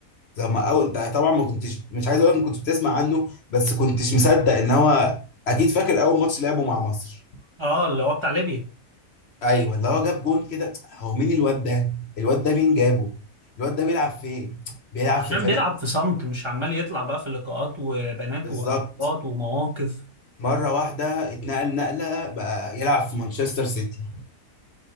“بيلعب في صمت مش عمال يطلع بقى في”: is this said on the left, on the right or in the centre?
Right